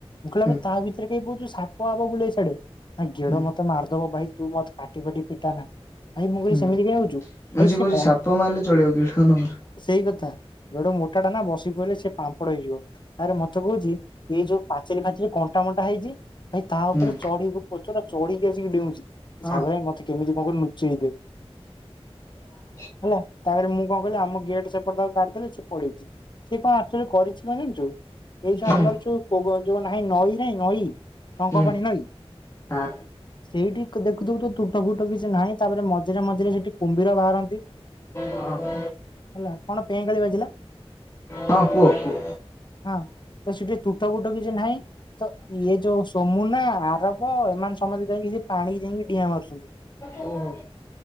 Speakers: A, on the left (about 45°); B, on the left (about 30°).
A: ମୁଁ କହିଲେ
B: ହୁଁ
A: ଆବେ ତା ଭିତରେ କାଇ ପଇଛୁ ସାପ ଫାପ ବୁଲେ ସିଆଡେ ନା ଗେଡ
B: ହୁଁ
A: ମତେ ମାରଦବ ଭାଇ। ତୁ ମତ୍ ପାଟି ଫାଟି ଫିଟାନା। ଭାଇ ମୁଁ କହିଲି
B: ହୁଁ।
A: ସେମିତି କାଇଁ ହଉଚୁ
B: ମାନେ
A: ଭାଇ ସେ
B: କହୁଛି
A: କଁ
B: ସାପ ମାରିଲେ ଚଳିବ ଗିଡ ନ ମାରୁ
A: ସେଇ କଥା। ଧେଡୁ ମୋଟା ଟା ନା ବସିି ପଇଲେ ସେ ପାମ୍ପଡ ହେଇଯିବ। ତାରେ ମତେ କହୁଚ଼ି ଏଇ ଯୋଉ ପାଚେରି ଫାଚେରି କଣ୍ଟା ମଣ୍ଟା ହେଇଚ଼ି ଭାଇ ତା
B: ହୁଁ
A: ଉପରେ ଚଢି ପଛର ଚଢିକି ଆସିକି ଡେଉଁଚ଼ି
B: ହଁ
A: ଶାଗର ଆଇ ମତେ କେମିତି କଁ କରି ନୁଚ଼େଇ ଦେ।
B: <inaudible>
A: ହେଲା ତାପରେ ମୁଁ କଁ କଲି ଆମ ଗେଟ୍ ସେପଟ୍ ତାକୁ କାଢିଦେଲି ସେ ପଳେଇଚ଼ି। ସେ କଁ ଆକଚ଼ୋଲି କରିଛି କଁ ଜାଣିଛୁ ଏଇ ଯୋଉ
B: ହୁଁ
A: ଆମର ଯୋଉ ପୌଉ ଯୋଉ ନାହିଁ ନଈ ନାଇଁ ନଈ। ଟଙ୍କ
B: ହୁଁ
A: ପାଣି ନଈ
B: ହଁ
A: ସେଇଠିକ ଦେଖୁଥିବୁ ତୁ ତୁଠ ଫୁ ଟ କିଛି ନାହିଁ ତାପରେ ମଝିରେ ମଝିରେ ସେଠି କୁମ୍ଭୀର ବାହାରନ୍ତି।
B: ହଁ।
A: ହେଲା କଣ ପେଁ କାଳି ବାଜିଲା?
B: ହଁ କୁହ କୁଅ।
A: ହଁ ତ ସେଠି ତୁଠ ଫୁଟ କିଛି ନାହିଁ ତ ଇଏ ଯୋଉ ସୋମୁନା, ଆରବ ଏମାନେ ସମତେ ଯାଇକି ସେ ପାଣି ଯାଇଁକି ଡିଆଁ ମାରୁଚ଼ନ୍ତି।
B: ଓହୋ